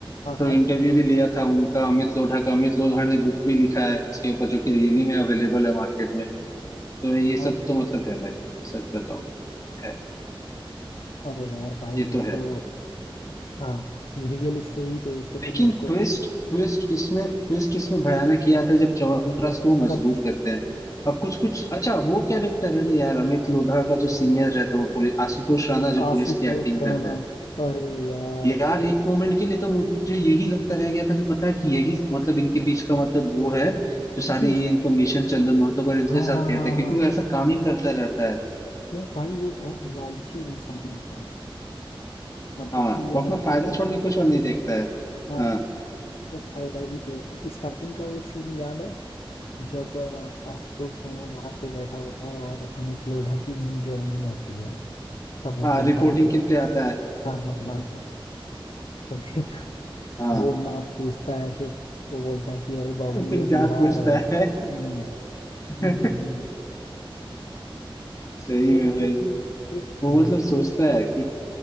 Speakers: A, on the left; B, on the left.
A: हाँ
B: तो
A: हाँ
B: इंटरव्यू भी लिया था उनका अमित लोढ़ा का अमित लोढ़ा ने बुक भी लिखा है इसके ऊपर जो कि रियली में अवेलेबल है मार्केट में तो ये सब
A: हाँ
B: तो मतलब है भाई सच बताऊं तो है
A: अरे यार भाई
B: ये
A: वो
B: तो है
A: तो हाँ रियल स्टोरी बेस्ड
B: लेकिन
A: तो मेरे को
B: ट्विस्ट
A: ये-
B: ट्विस्ट इसमें ट्विस्ट इसमें भयानक ये आता है जब च्यवनप्राश को वो मजबूर
A: कब
B: करते हैं और कुछ कुछ अच्छा वो कैरेक्टर है रे यार अमित लोढ़ा का जो सीनियर रहता है वो पुलिस आशुतोष राणा जो
A: आशुतोष
B: पुलिस की एक्टिंग करता
A: राणा
B: है
A: अरे यार
B: यार एक मोमेंट के लिए तो मुझे यही लगता रह गया था कि पता है कि यही मतलब इनके बीच का मतलब वो है जो
A: क्योंकि
B: सारी
A: उस
B: ये इन्फॉर्मेशन चंदन महतो का इनके
A: हाँ
B: साथ
A: हाँ
B: कहता
A: हाँ
B: है
A: हाँ
B: क्योंकि वो ऐसा काम ही करता रहता है
A: यार भाई वो बहुत लालची इंसान होता है मतलब
B: हाँ
A: कि ये
B: वो अपना
A: मान
B: फायदा
A: के चलो
B: छोड़ के कुछ और नहीं देखता है
A: हाँ
B: हाँ
A: उसको बस फायदा ही चाहिए होता है स्टार्टिंग का वो सीन याद है जब अ, आशुतोष राणा बाहर पे बैठा होता है और अमित लोढ़ा की न्यू ज्वाइनिंग होती है तब वो
B: हाँ
A: बोलता
B: रिपोर्टिंग
A: है कि
B: के लिए आता है
A: हाँ हाँ हाँ हाँ। तो फिर
B: हाँ
A: वो नाम पूछता है फिर वो बोलता है कि अरे बाबू
B: फिर
A: ये
B: जात
A: बिहार
B: पूछता
A: है हम्म
B: है
A: हम्म,
B: <laughs>
A: हम्म, हम्म। हम्म।
B: सही
A: वो
B: में
A: मतलब
B: भाई
A: कि एक
B: वो
A: रि-
B: मतलब सोचता है कि